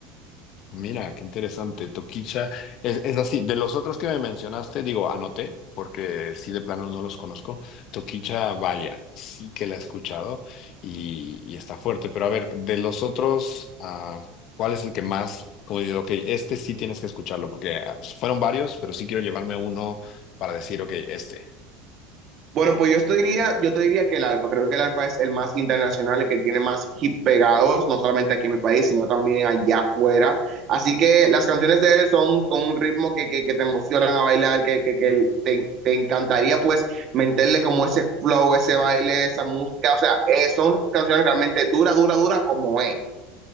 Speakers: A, on the left (about 50°); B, on the right (about 45°).
A: Mira, qué interesante. Toquicha, es, es así. De los otros que me mencionaste, digo, anoté, porque sí de plano no los conozco. Toquicha, vaya, sí que la he escuchado y, y está fuerte. Pero a ver, de los otros, ah, ¿cuál es el que más, como digo, ok, este sí tienes que escucharlo, porque ah, fueron varios, pero sí quiero llevarme uno para decir, ok, este.
B: Bueno, pues yo te diría, yo te diría que el Alfa, creo que el Alfa es el más internacional, el que tiene más hit pegados, no solamente aquí en mi país, sino también allá afuera. Así que las canciones de él son con un ritmo que, que, que te emocionan a bailar, que, que, que te, te encantaría pues meterle como ese flow, ese baile, esa música. O sea, eh, son canciones realmente dura, dura, dura como es.